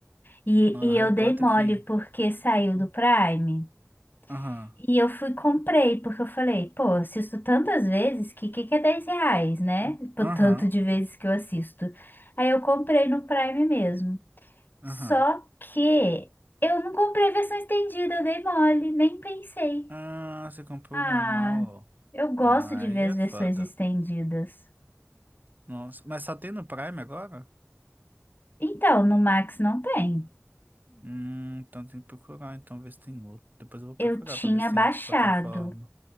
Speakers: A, on the left (about 40°); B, on the right (about 40°).
A: E,
B: Não,
A: e
B: Harry
A: eu
B: Potter
A: dei mole
B: que.
A: porque saiu do Prime.
B: Aham.
A: E eu fui, e comprei, porque eu falei, pô, eu assisto tantas vezes que que, que é 10 reais, né? Por
B: Aham.
A: tanto de vezes que eu assisto. Aí eu comprei no Prime mesmo.
B: Aham.
A: Só que eu não comprei a versão estendida, eu dei mole, nem pensei.
B: Ah, você comprou
A: Ah,
B: o normal.
A: eu gosto
B: Não, aí
A: de ver
B: é
A: as
B: foda.
A: versões estendidas.
B: Nossa, mas só tem no Prime agora?
A: Então, no Max não tem.
B: Hum, então tem que procurar, então ver se tem outro. Depois eu vou procurar
A: Eu tinha
B: pra ver se tem
A: baixado.
B: outra plataforma.